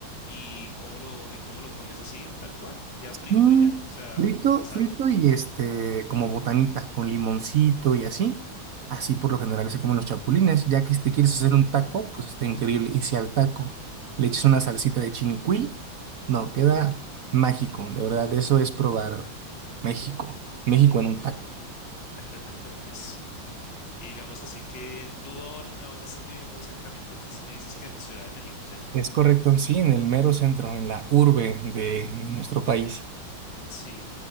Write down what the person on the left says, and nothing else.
¿Y cómo lo, y cómo lo comes así, tal cual? ¿Ya frito
y ya? O sea,
asado.
Ve,
<laughs> vea pues. Y digamos así que tú ahora- a dónde estás viviendo exactamente. Entonces me dices que en Ciudad de México, ¿cierto?
Sí.